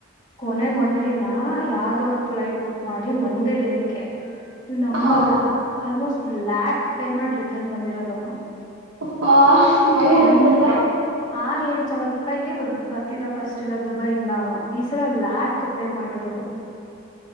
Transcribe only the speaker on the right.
ಹ್ಮ್
ಹಾ
ಅಪ್ಪಾ ಭಯ ಆಗತ್ತಲ್ಲ